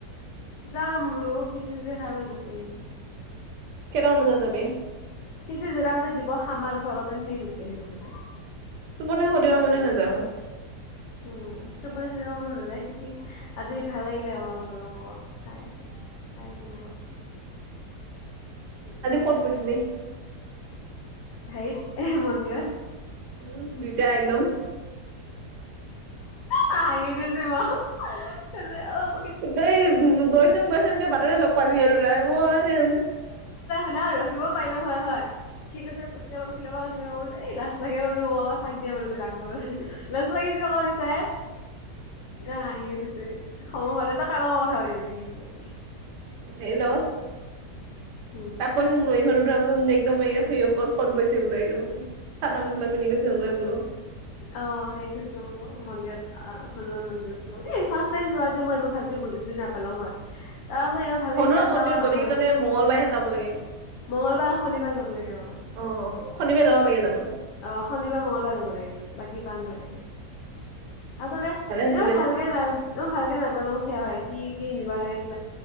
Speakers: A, on the left; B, on the right.
A: যাম বোলো খিচিৰি চিচিৰি খাই পেলাই গুচি আহিম
B: কেইটা মান বজাত যাবি
A: খিচিৰি জেটা বজাত দিব খামাৰ আহ তাৰপিছত অলপ দিন থাকি গুচি আহি মুঠতে
B: টোপনি খতি হ'ব বোলি নাযায় মই
A: উম টোপনি খতি মন নাযায় খিচিৰি আজি ভাল লাগিলে অলপ গলো অক খাই খাই আহিলোঙ ক
B: আজি কত গৈছিলি
A: হাইত এ মন্দিৰত
B: উম দুইটা একদম
A: হাঁহি উঠিছে মো তাতে অপ
B: দেই গৈছোঙ গৈছোঙগে বাটতে লগ পামি আৰু তই মই
A: নাই ৰখিব পাৰিলো হয় হয় ঠিক আছে পখিলাবা পখিলাবা কৈছে অ বোলে এই লাষ্ট লাগে অ <unintelligible> থাক দিয়া বোলো যাঙগে মই লচ লাগিতিব <unintelligible> ক বিচায় আহ <unintelligible> ইছে স পাৰে তই কাৰ লগত কথা পাতিব <unintelligible>
B: হেল্লো' উম
A: উম
B: তাক কৈচোন ৰৈহ <unintelligible> একদম ফ <unintelligible> ব ক'ত ক'ত গৈছে বোলে একদম উম, চাদৰ মেখেলা পিন্ধি গৈছে <unintelligible> বো
A: অ', হেৰি গৈছিলোঙ আক' মন্দিৰত অ', হনুমান মন্দিৰত, এই ফাচ টাইম যোৱা যে মই ইমান ভালকে বুজিছো নাপালো হয় তাৰাছত ইমান ভালকে
B: হনুমান
A: সেৱা
B: মন্দিৰত
A: চেয়া কৰা
B: গ'লে
A: নহ'লে,
B: কিজানি মঙ্গলবাৰেহে যাব লাগে
A: মংগলবাৰ আৰু শনিবাৰ যাব লাগে অহ।
B: অ শনিবাৰে যাব লাগে জানো
A: অ শনিবাৰ মঙ্গলবাৰ যাব লাগে বাকী বা নালাগে আছানে
B: ভালে হৈছে
A: এ
B: দে
A: ভালকে লাল এ ভালকে লাল লং খীয়া হয় কি নিবা লাগে কি